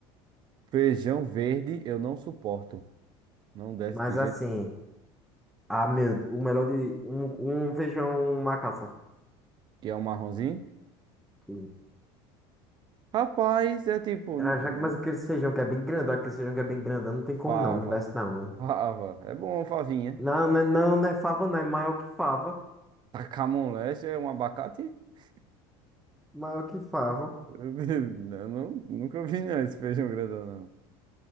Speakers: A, on the right; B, in the centre.
A: feijão verde eu não suporto, não desce
B: Mas
A: de jeito
B: assim, ah, meu, o melhor de um, um feijão macaça.
A: que é um marronzinho.
B: Que-
A: Rapaz, é tipo
B: Ah,
A: n-
B: já que mais aquele feijão que é bem grandão, aquele feijão que é bem grandão, não tem como
A: fava,
B: não, não desce não, né?
A: fava, é bom favinha.
B: Não, não é, não, não é fava, não, é maior que fava.
A: Tacar moleste é um abacate? <laughs>
B: Maior que fava.
A: Eu não, nunca vi não esse feijão grandão